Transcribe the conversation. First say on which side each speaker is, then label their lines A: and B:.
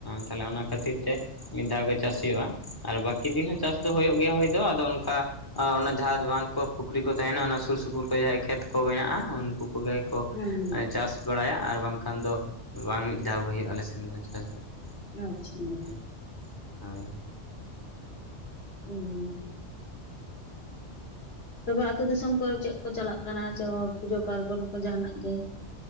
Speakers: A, on the left; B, on the left.
A: ᱛᱟᱦᱞᱮ ᱚᱱᱟ ᱠᱷᱟᱹᱛᱤᱨ ᱛᱮᱼᱼ ᱢᱤᱫ ᱫᱷᱟᱣ ᱜᱮ ᱪᱟᱥ ᱦᱩᱭᱩᱜᱼᱟ, ᱟᱨ ᱵᱟᱹᱠᱤ ᱫᱤᱱ ᱦᱚᱸ ᱪᱟᱥ ᱫᱚ
B: ᱦᱩᱸ
A: ᱦᱩᱭᱩᱜ ᱜᱮᱭᱟ᱾ ᱦᱩᱭ ᱫᱚ ᱟᱫᱚ ᱚᱱᱠᱟᱼᱼ ᱟᱨ ᱚᱱᱟ ᱡᱟᱦᱟᱸ ᱵᱟᱸᱫᱷ ᱠᱚ ᱯᱩᱠᱷᱨᱤ ᱠᱚ ᱛᱟᱦᱮᱱᱟ ᱚᱱᱟ ᱥᱩᱨ ᱥᱩᱯᱩᱨ ᱠᱚᱨᱮ ᱡᱟᱦᱟᱸᱭ ᱠᱷᱮᱛ ᱠᱚ ᱢᱮᱱᱟᱜᱼᱟ, ᱩᱱᱠᱩ ᱠᱚᱜᱮᱼᱼ ᱠᱚ
B: ᱦᱩᱸ
A: ᱪᱟᱥ ᱵᱟᱲᱟᱭᱟ ᱟᱨ ᱵᱟᱝᱠᱷᱟᱱ ᱫᱚ, ᱵᱟᱝ ᱢᱤᱫ ᱫᱷᱟᱣ ᱜᱮ ᱦᱩᱭᱩᱜᱼᱟ ᱟᱞᱮ ᱥᱮᱱ ᱫᱚ ᱪᱟᱥ ᱫᱚ ᱾
B: ᱟᱪᱪᱷᱟ
A: ᱦᱮᱸ ᱦᱚᱭ
B: ᱩᱸᱻᱦᱩᱸ ᱛᱚᱵᱮ ᱟᱹᱛᱩ ᱫᱤᱥᱚᱢ ᱠᱚᱨᱮ ᱪᱮᱫ ᱠᱚ ᱪᱟᱞᱟᱜ ᱠᱟᱱᱟ, ᱪᱮ ᱯᱩᱡᱟᱹ ᱯᱟᱨᱵᱚᱱ ᱠᱚ ᱡᱟᱦᱟᱱᱟᱜ ᱜᱮᱼᱼ